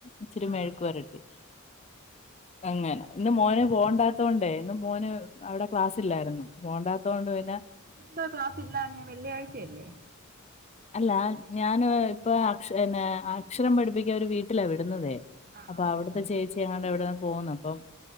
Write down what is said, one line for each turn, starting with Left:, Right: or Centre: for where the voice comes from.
Left: ഇച്ചിരി
Right: ആ
Left: മെഴക്ക് പെരട്ടി അങ്ങനെ ഇന്ന് മോന് പോകണ്ടാത്തോണ്ടേ ഇന്ന് മോന് അവിടെ ക്ലാസില്ലായിരുന്നു പോണ്ടാത്തോണ്ട് പിന്നെ
Right: ഇന്നെന്താ ക്ലാസ് ഇല്ലാഞ്ഞെ വെള്ളിയാഴ്ച അല്ലേ
Left: അല്ല ഞാന് ഇപ്പം അക്ഷ പിന്നെ അക്ഷരം പഠിപ്പിക്കാന് ഒരു വീട്ടിലാ വിടുന്നതേ
Right: ആ
Left: അപ്പൊ
Right: അങ്ങനെ.
Left: അവിടത്തെ ചേച്ചി എങ്ങാണ്ട് ഇവിടുന്ന് പോന്ന് അപ്പം